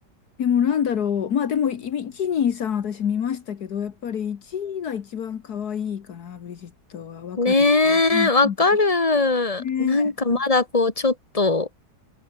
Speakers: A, on the left; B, on the left.
A: でもなんだろう、まあでもい1、2、3私見ましたけど、やっぱり1が一番可愛いかな、ブリジットは若い。
B: ねえ、
A: うんう
B: わかる。
A: ん、ねえ
B: なんかまだこうちょっと、